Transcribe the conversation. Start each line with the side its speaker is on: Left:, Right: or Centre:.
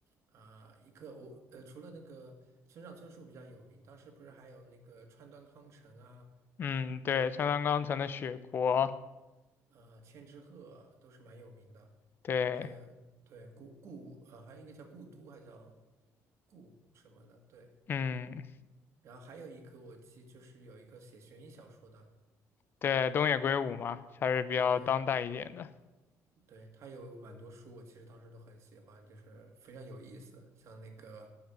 Right: 啊、一个我呃除了那个村上春树比较有名，当时不是还有那个川端康成啊，
Left: 嗯，对，川端康成的《雪国》，
Right: 呃千之鹤都是蛮有名的。
Left: 对，
Right: 还有对故故呃，好像一个叫故都，还叫故什么的，对。
Left: 嗯，
Right: 然后还有一个我记就是有一个写悬疑小说的，
Left: 对，东野圭吾嘛，还是比较当代一点的。
Right: 对对，他有蛮多书，我其实当时都很喜欢，就是非常有意思，像那个